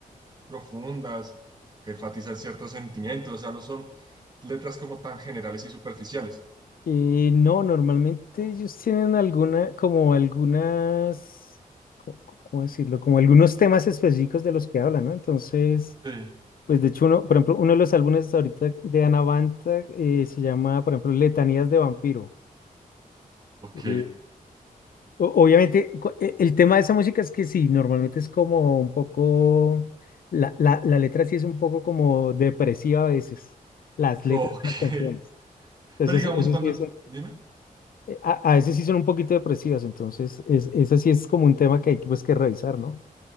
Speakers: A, on the right; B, on the left.
A: profundas, enfatizan ciertos sentimientos, o sea, no son letras como tan generales y superficiales.
B: Eh, no, normalmente
A: Oh,
B: ellos tienen alguna, como algunas, co- co- ¿cómo decirlo? Como algunos temas específicos de los que hablan, ¿no? Entonces...
A: sí,
B: Pues de hecho, uno, por ejemplo, uno de los álbumes ahorita de Anavanta se llama, por ejemplo, Letanías de Vampiro.
A: ok,
B: Y o- obviamente, cu- e- el tema de esa música es que sí, normalmente es como un poco, la, la, la letra sí es un poco como depresiva a veces, las letras
A: ok.
B: de las canciones. Entonces,
A: Pero digamos,
B: ese
A: cuando,
B: sí es un-
A: dime.
B: eh, a, a veces sí son un poquito depresivas, entonces, es, eso sí es como un tema que hay que, pues, que revisar, ¿no?